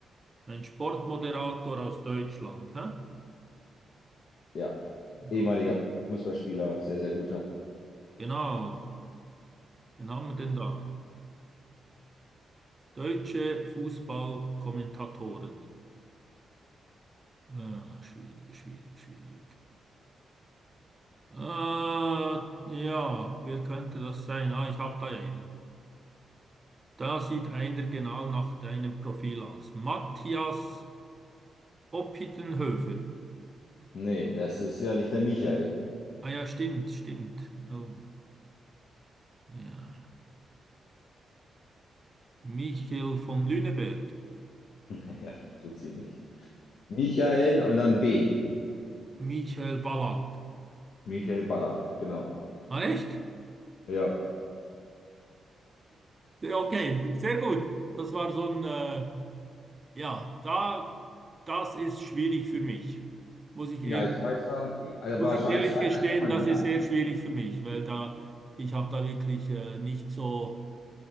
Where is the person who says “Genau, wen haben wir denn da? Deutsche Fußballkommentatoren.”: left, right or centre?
Right